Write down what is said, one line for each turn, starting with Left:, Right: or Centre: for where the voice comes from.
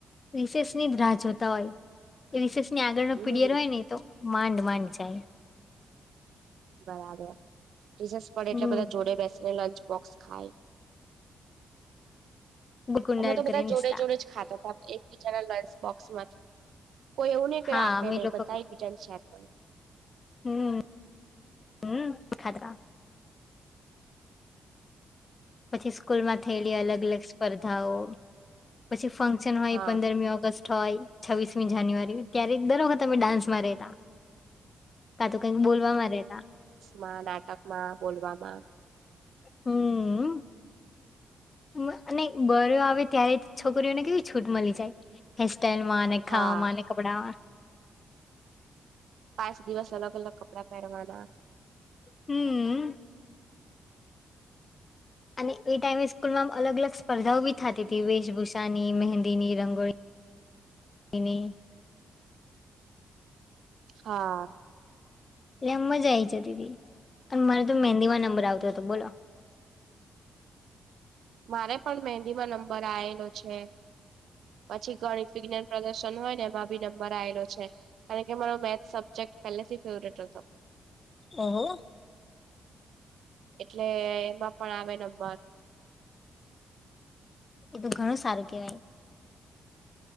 Left: રિશેષની જ રાહ જોતા હોય એ રિશેષની આગળ
Right: હમ
Left: ન પીડિયર હોય ને તો માડમાંડ માડમાંડ જાય
Right: બરાબર રિશેસ પડે
Left: હમ
Right: એટલે બધા જોડે બેસીને લંચ બોક્સ ખાય
Left: ગુકુંડાળ
Right: અમે તો
Left: કરીને
Right: બધા જોડે
Left: હસતા
Right: જોડે જ ખાત એકબીજા ના લંચ બોક્સ માંથી કોઈ એવું ને
Left: હા
Right: કે આપે
Left: અમે
Right: નહી
Left: લોકો
Right: બધા એકબીજા ને શેર કરે
Left: હમ હમ ખાતા પછી સ્કૂલમાં થયેલી અલગ અલગ સ્પર્ધાઓ પછી ફં શન હોય
Right: હા
Left: પંદરમી ઓગસ્ટ હોય છવ્વીસમી જાન્યુઆરી ત્યારે દર વખત અમે ડાન્સમાં રેતા કા તો કંઈક બોલવાવામાં રેતા
Right: માં નાટક માં બોલવામાં
Left: હમમ. મ અને <unintelligible> આવે ત્યારે છોકરીઓને કેવી છૂટ મલી જાય હે સટાઈલમાંને
Right: હા
Left: ખાવા માને કપડામા
Right: પાંચ દિવસ અલગ અલગ કપડા પેરવાના
Left: હમમ. અને એ ટાઈમે સ્કૂલમાં અલગ અલગ સ્પર્ધાઓ બી થતીતી વેશભૂષાની, મહેંદીની, રંગો ની
Right: હા
Left: એ મજા આ આવી જતી હતી અને મારે તો મહેંદીવા નંબર આવતો હતો બોલો
Right: મારે પણ મહેંદીમાં નંબર આવેલો છે. પછી ગણિત વિજ્ઞાન પ્રદર્શન હોય ને એમાં ભી નંબર આવેલો છે. કારણ કે મારો મેથ સબ્જેક્ટ પહેલેથી ફેવરેટ હતો.
Left: ઓહો
Right: એટલે એમાં પણ આવે નંબર
Left: એ તો ઘણું સારું કેવાય